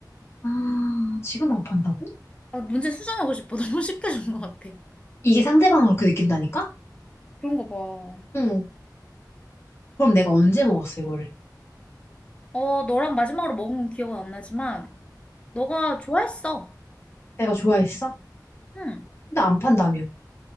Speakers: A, on the left; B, on the left.
A: 아, 지금 안 판다고?
B: 아, 문제 수정하고 싶어. <laughs> 너무 쉽게 준 것 같아.
A: 이게 상대방을 그렇게 느낀다니까?
B: 그런 거 봐.
A: 응. 그럼 내가 언제 먹었어, 이거를?
B: 어, 너랑 마지막으로 먹은 기억은 안 나지만, 너가 좋아했어.
A: 내가 좋아했어?
B: 응.
A: 근데 안 판다며.